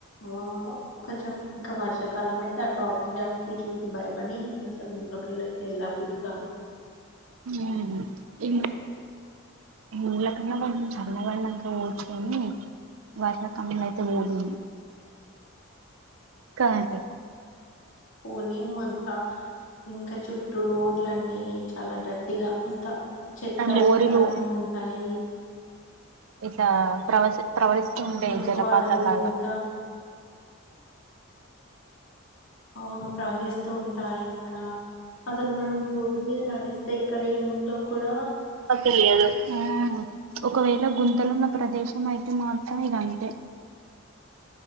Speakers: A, on the left (about 65°); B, on the right (about 70°).
A: వ కొంచెం ఇంకా వర్షాకాలం అయితే ఆ ట్రాఫిక్ జామ్ కి చూసి భయపడి అసలు ఇంట్లోకెళ్ళయితే ఎళ్ళం కొద్ది కాదు
B: ఊ ఇం ళ్ళ కున్నా గాని చల్లబడినంక పోవచ్చు గని వర్ష కాలమైతే <unintelligible> క <unintelligible>
A: పోలేము అంత ఇంక చుట్టూ రోడ్లన్నీ చాలా డట్టిగా అంత చెత్తా
B: అండి
A: చెదారం
B: మోరీలు
A: ఉంటాయి
B: ఇట్ల ప్రవసి ప్రవరిస్తుండే
A: మురికి
B: జలపాతలు
A: వాడలు
B: లాగ
A: ఇంకా అవును ప్రవహిస్తూ ఉంటాయి ఇంక అసలు మనం రోడ్డు మీద నడిస్తే ఎక్కడ ఏముందో కూడ
B: తెలియదు ఆ ఒకవేళ గుంతలున్న ప్రదేశం అయితే మాత్రం ఇది అంతే